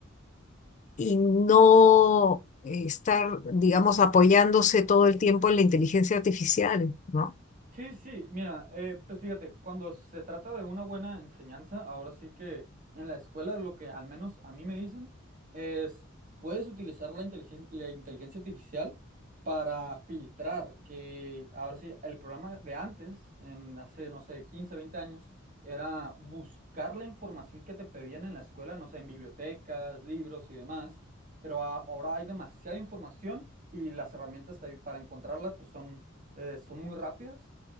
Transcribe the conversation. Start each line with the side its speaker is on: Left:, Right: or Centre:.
Left: y no eh, estar, digamos, apoyándose todo el tiempo en la inteligencia artificial, ¿no?
Right: Sí, sí, mira, eh, pues fíjate, cuando se trata de una buena enseñanza, ahora sí que en la escuela lo que al menos a mí me dicen es, puedes utilizar la inteligen- la inteligencia artificial para filtrar, que ahora sí, el programa de antes, en hace, no sé, 15, 20 años, era buscar la información que te pedían en la escuela, no sé, en bibliotecas, libros y demás, pero a- ahora hay demasiada información y las herramientas te- para encontrarla pues son, eh, son muy rápidas